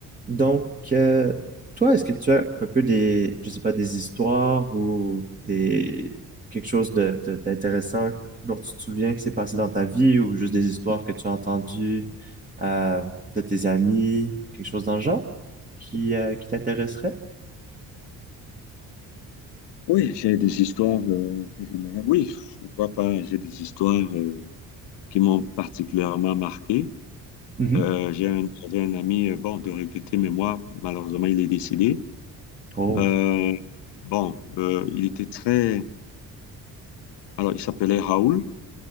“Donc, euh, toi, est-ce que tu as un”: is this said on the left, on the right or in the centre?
Right